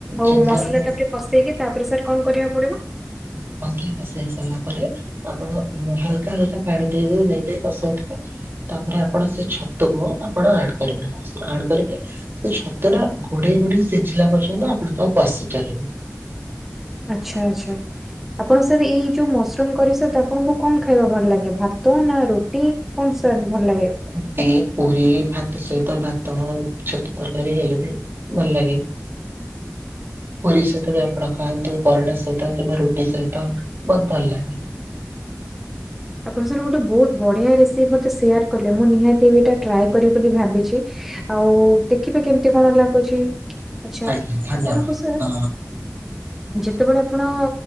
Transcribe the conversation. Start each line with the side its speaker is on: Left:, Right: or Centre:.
Centre: ଆଉ
Right: ଯେମିତି
Centre: ମସଲା
Right: ଆପଣ
Centre: ଟା କେମ୍ ବସେଇକି ତା ପରେ ସାର୍ କଣ କରିବାକୁ ପଡିବ?
Right: ଭଗିଆ କଷେଇ ସାରିଲା ପରେ ଆପଣ ହାଲକା ହାଲକା ପାଣି ଦେଇ ଦେଇ କସଉଥିବେ। ତା ପରେ ଆପଣ ସେ ଛତୁକୁ ଆପଣ ଆଡ୍ କରିବେ ଆଡ କରିବେ ସେ ଛତୁ ଟା ଘୋଡେଇ ଘୋଡେଇ ସିଝିଲା ପର୍ଯ୍ୟନ୍ତ ଆପଣ ତାକୁ କଷି ଚାଲିବେ।
Centre: ଆଚ୍ଛା, ଆଚ୍ଛା। ଆପଣ ସାରେ ଏଇ ଯୋଉ ମସରୁମ କରି ସହିତ ଆପଣଙ୍କୁ କଣ ଖାଇବା ଭଲ ଲାଗେ ଭାତ ନା ରୁଟି? କଣ ସାର୍ ଭଲ ଲାଗେ?
Right: ରୁଟି, ପୁରୀ, ଭାତ ସହିତ ଭାତ, ଛତୁ ତରକାରୀ ହେଲେ ବି ଭଲ ଲାଗେ।
Centre: <inaudible>
Right: ପୁରୀ ସହିତ ବି ଆପଣ ଖାଆନ୍ତୁ ପରଟା ସହିତ କିମ୍ବା ରୁଟି ସହିତ ବ ଭଲ ଲାଗେ।
Centre: ଆପଣ ସାରେ ଗୋଟେ ବହୁତୁ ବଢିଆ ରେସିପି ମତେ ସେୟାର କଲେ ମୁଁ ନିହାତି ଏଟା ଟ୍ରାଏ କରିବି ବୋଲି ଭାବିଛି। ଆଉ ଦେଖିବେ କେମିତି କଣ ଲାଗୁଛି, ଆଛା
Right: ଆଜ୍ଞା ଧନ୍ୟବାଦ
Centre: ଆପଣଙ୍କୁ ସାର୍
Right: ହଁ
Centre: ଯେତେବେଳେ ଆପଣ